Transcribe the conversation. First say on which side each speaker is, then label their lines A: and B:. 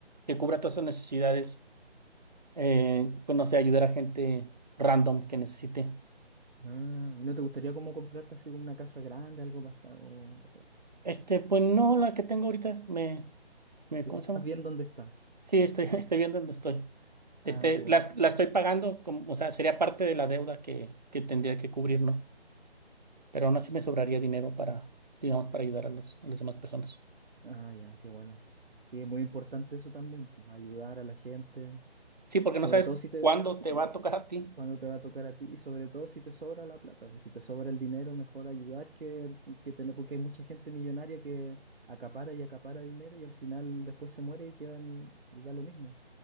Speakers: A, on the right; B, on the right.
A: que cubra todas esas necesidades, eh, pues no sé, ayudar a gente random que necesite.
B: Ah, ¿no te gustaría como comprarte así como una casa grande, algo para estar- o, o-
A: Este, pues no, la que tengo ahorita es- me, me,
B: te-
A: ¿cómo
B: estás
A: se llama?
B: bien donde estás?
A: Sí, estoy, <laughs> estoy viendo dónde estoy.
B: Ah,
A: Este,
B: qué bueno.
A: la, la estoy pagando, como, o sea, sería parte de la deuda que, que tendría que cubrir, ¿no? Pero aún así me sobraría dinero para, digamos, para ayudar a los- a las demás personas.
B: Ah, ya, qué bueno. Sí, es muy importante eso también, pues, ayudar a la gente.
A: Sí, porque
B: Sobre
A: no sabes
B: todo si te,
A: cuándo
B: sí
A: te va a tocar a ti.
B: cuando te va a tocar a ti y sobre todo si te sobra la plata, pues, si te sobra el dinero, mejor ayudar que, que tener, porque hay mucha gente millonaria que acapara y acapara dinero y al final después se muere y quedan, y da lo mismo.